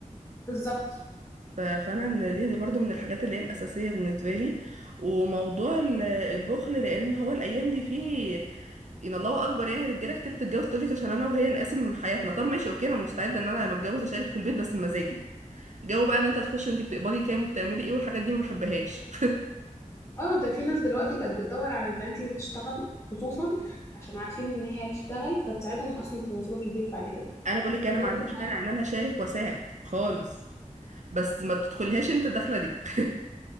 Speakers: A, on the left; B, on the right.
A: بالظبط
B: ف- فانا من دي, دي برضو من الحاجات اللي هي الاساسيه بالنسبه لي وموضوع ال- البخل لان هو الايام دي فيه ان الله اكبر يعني رجاله كتير بتتجوز تقولك عشان انا وهي نقاسم حياتنا طب ماشي اوكي انا مستعده ان انا لما اتجوز اشارك في البيت بس بمزاجي جو بقى ان انت تخش انت بتقبضي كام وبتعملي ايه والحاجات دي ما بحبهاش
A: اه ده في ناس دلوقتي بقت بتدور على البنات اللي بتشتغل خصوصا عشان عارفين ان هي بتشتغل فتساعدهم اصلا في مصروف البيت بعد كده
B: انا بقول لك
A: بجد
B: انا ما عنديش
A: احنا
B: مانع ان انا اشارك واساعد خالص بس ما تدخلهاش انت الدخله دي <laughs>